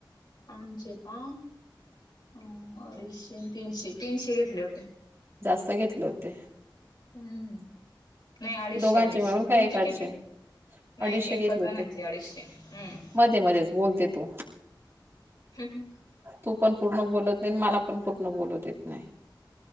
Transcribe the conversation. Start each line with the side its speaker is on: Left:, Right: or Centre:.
Left: आमचे का हो अडीचशे तीनशे तीनशे घेतले होते.
Right: जास्त घेतलं होते.
Left: हम्म नाही अडीचशे
Right: दोघांचे
Left: अडीचशे
Right: मिळून काय
Left: तुमचे
Right: एकाचे
Left: किती. नाही
Right: अडीचशे
Left: एक
Right: घेतले
Left: जणाची
Right: होते.
Left: अडीचशे हम्म.
Right: मध्ये मध्येच बोलते तू
Left: हम्म हम्म.
Right: तू पण पूर्ण बोलत नाही मला पण पूर्ण बोलू देत नाही.